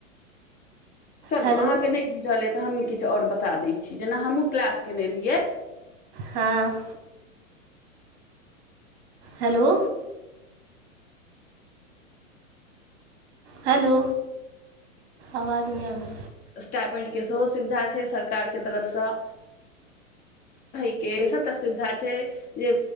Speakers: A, on the left; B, on the right.
A: चलू
B: हेलो
A: अहाँ के नहि बुझल ये तऽ हमी किछु और बता दै छी जेना हमहुँ क्लास केने रहियै
B: हँ हेलो हेलो आवाज नहि आब
A: स्टैपेंट के सेहो सुविधा छैय सरकार के तरफसँ <unintelligible> के सबटा सुविधा छैय जे